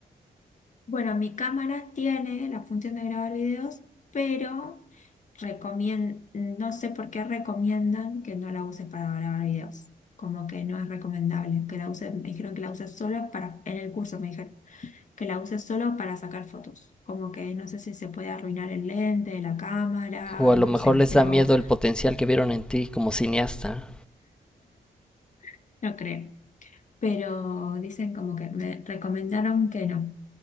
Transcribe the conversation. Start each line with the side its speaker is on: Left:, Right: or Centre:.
Left: Bueno, mi cámara tiene la función de grabar videos, pero recomien- no sé por qué recomiendan que no la uses para grabar videos. Como que no es recomendable que la uses, me dijeron que la uses solo para, en el curso me dijeron, que la uses solo para sacar fotos. Como que no sé si se puede arruinar el lente, la cámara,
Centre: O a lo
Left: no
Centre: mejor
Left: sé,
Centre: les
Left: pero
Centre: da miedo el potencial que vieron en ti como cineasta.
Left: <laughs> no creo. pero dicen como que me recomendaron que no,